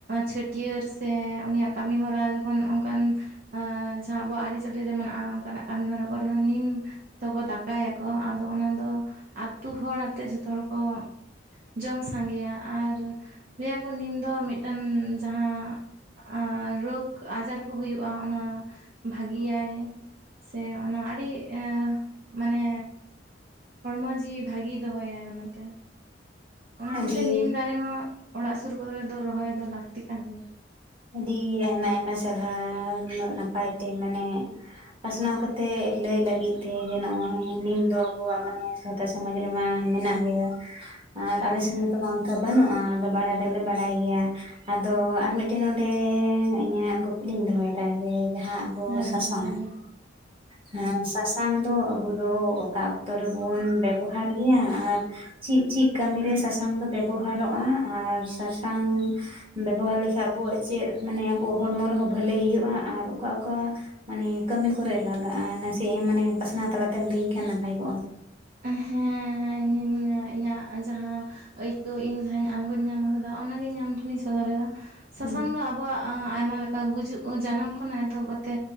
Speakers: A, on the right; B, on the right.
A: ᱪᱷᱟᱹᱴᱭᱟᱹᱨ ᱥᱮ ᱩᱱᱤᱭᱟᱜ ᱠᱟᱹᱢᱤ ᱦᱚᱨᱟ ᱡᱚᱠᱷᱚᱱ ᱚᱱᱠᱟᱱ ᱮᱸ ᱡᱟᱦᱟᱸ ᱟᱵᱚᱣᱟᱜ ᱟᱹᱨᱤᱪᱟᱹᱞᱤ ᱨᱮ ᱢᱮᱱᱟᱜᱼᱟ, ᱚᱱᱠᱟᱱᱟᱜ ᱠᱟᱹᱢᱤ ᱦᱚᱨᱟ ᱠᱚᱨᱮ ᱦᱚᱸ ᱱᱤᱢ ᱛᱚᱠᱚ ᱫᱟᱠᱟᱭᱟᱠᱚ ᱟᱫᱚ ᱚᱱᱟ ᱫᱚ ᱟᱹᱛᱩ ᱦᱚᱲ ᱟᱛᱮ ᱡᱷᱚᱛᱚ ᱦᱚᱲ ᱠᱚ ᱡᱚᱢ ᱥᱟᱸᱜᱮᱭᱟ ᱟᱨ ᱞᱟᱹᱭ ᱠᱚ ᱱᱤᱢ ᱫᱚ ᱢᱤᱫᱴᱮᱱ ᱡᱟᱦᱟᱸ ᱨᱳᱜᱽ ᱟᱡᱟᱨ ᱠᱚ ᱦᱩᱭᱩᱜᱼᱟ ᱚᱱᱟ ᱵᱷᱟᱜᱤ ᱟᱭ ᱥᱮ ᱚᱱᱟ ᱟᱹᱰᱤ ᱢᱟᱱᱮ ᱦᱚᱲᱢᱚ ᱡᱤᱣᱤ ᱵᱷᱟᱹᱜᱤ ᱫᱚᱦᱚᱭ ᱟᱭ ᱚᱱᱟᱛᱮ ᱾ ᱚᱱᱟ ᱦᱚᱛᱮ
B: ᱟᱹᱰᱤ
A: ᱛᱮ ᱱᱤᱢ ᱫᱟᱨᱮ ᱦᱚᱸ ᱚᱲᱟᱜ ᱥᱩᱨ ᱠᱚᱨᱮ ᱫᱚ ᱨᱚᱦᱚᱭ ᱫᱚ ᱞᱟᱹᱠᱛᱤ ᱠᱟᱱ ᱜᱮᱭᱟ ᱾
B: ᱟᱹᱰᱤ ᱟᱭᱢᱟ ᱟᱭᱢᱟ ᱥᱟᱨᱦᱟᱣ ᱩᱱᱟᱹᱜ ᱱᱟᱯᱟᱭ ᱛᱮ ᱢᱟᱱᱮ ᱯᱟᱥᱱᱟᱣ ᱠᱟᱛᱮ ᱞᱟᱹᱭ ᱞᱟᱹᱜᱤᱫ ᱛᱮ ᱡᱮ ᱱᱚᱜᱼᱚᱭ ᱱᱤᱢ ᱫᱚ ᱟᱵᱚᱣᱟᱜ ᱢᱟᱱᱮ ᱥᱟᱶᱛᱟ ᱥᱚᱢᱟᱡᱽ ᱨᱮᱢᱟ ᱢᱮᱱᱟᱜ ᱜᱮᱭᱟ᱾ ᱟᱨ ᱟᱞ
A: ᱦᱮᱸ
B: ᱥᱮᱱ ᱢᱟᱛ ᱚᱱᱠᱟ ᱵᱟᱱᱩᱜᱼᱟ᱾ ᱟᱫᱚ ᱵᱟᱲᱟᱭ ᱫᱚᱞᱮ ᱵᱟᱲᱟᱭ ᱜᱮᱭᱟ, ᱟᱫᱚ ᱟᱨ ᱢᱤᱫᱴᱮᱱ ᱢᱤᱫᱴᱮᱱ ᱱᱚᱰᱮ ᱤᱧᱟᱹᱜ ᱠᱩᱠᱞᱤᱧ ᱫᱚᱦᱚᱭᱮᱫᱟ ᱡᱮ ᱡᱟᱦᱟᱸᱼᱼ ᱚ
A: ᱦᱮᱸ
B: ᱥᱟᱥᱟᱝ
A: ᱫᱚᱦᱚᱭ ᱢᱮ
B: ᱦᱮᱸ ᱥᱟᱥᱟᱝᱼᱼ ᱥᱟᱥᱟᱝ ᱫᱚ ᱟᱵᱚ ᱫᱚ ᱚᱠᱟ ᱚᱠᱛᱚ ᱨᱮᱵᱚᱱ ᱵᱮᱵᱚᱦᱟᱨ ᱜᱮᱭᱟ ᱟᱨᱼᱼ ᱪᱤᱜ ᱪᱤᱜ ᱠᱟᱹᱢᱤᱨᱮ ᱥᱟᱥᱟᱝ ᱫᱚ ᱵᱮᱵᱚᱦᱟᱨᱚᱜᱼᱟ ᱟᱨ ᱥᱟᱥᱟᱝ ᱵᱮᱵᱚᱦᱟᱨ ᱞᱮᱠᱷᱟᱱᱼᱼ ᱟᱵᱚᱣᱟᱜ ᱪᱮᱫ ᱢᱟᱱᱮ ᱟᱵᱚᱣᱟᱜ ᱦᱚᱲᱢᱚ ᱨᱮᱦᱚᱸ ᱵᱷᱟᱹᱞᱮ ᱦᱩᱭᱩᱜᱼᱟ ᱟᱨ ᱚᱠᱟ ᱚᱠᱟᱼᱼ ᱢᱟᱱᱮ ᱠᱟᱹᱢᱤ ᱠᱚᱨᱮ ᱞᱟᱜᱟᱜᱼᱟ ᱱᱟᱥᱮ ᱮᱢ ᱢᱟᱱᱮ ᱯᱟᱥᱱᱟᱣ ᱛᱟᱞᱟᱛᱮᱢ ᱞᱟᱹᱭᱟᱹᱧ ᱠᱷᱟᱱ ᱱᱟᱯᱟᱭ ᱠᱚᱜᱼᱟ᱾
A: ᱦᱮᱸ ᱤᱧ ᱤᱧᱟᱹᱜ ᱡᱟᱦᱟᱸᱼᱼ ᱟᱹᱭᱠᱟᱹᱣ ᱤᱧ ᱡᱟᱦᱟᱸᱧ ᱟᱸᱜᱚᱪ ᱧᱟᱢ ᱠᱟᱫᱟ ᱚᱱᱟᱜᱮ ᱤᱧ ᱟᱢ ᱴᱷᱮᱱᱤᱧ ᱥᱚᱫᱚᱨᱮᱫᱟ ᱥᱟᱥᱟᱝ
B: ᱦᱮᱸ
A: ᱫᱚ ᱟᱵᱚᱣᱟᱜᱼᱼ ᱟᱭᱢᱟ ᱞᱮᱠᱟ ᱜᱩᱡᱩᱜ ᱡᱟᱱᱟᱢ ᱠᱷᱚᱱᱟᱜ ᱮᱛᱚᱦᱚᱵ ᱠᱟᱛᱮᱼᱼ